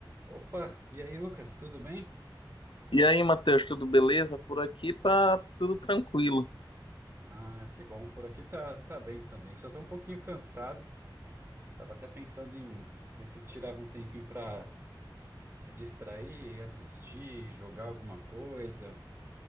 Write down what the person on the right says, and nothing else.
Opa, e aí, Lucas, tudo bem?
Ah, que bom, por aqui tá, tá bem também. Só tô um pouquinho cansado. Tava até pensando em ver se tirava um tempinho pra se distrair, assistir, jogar alguma coisa.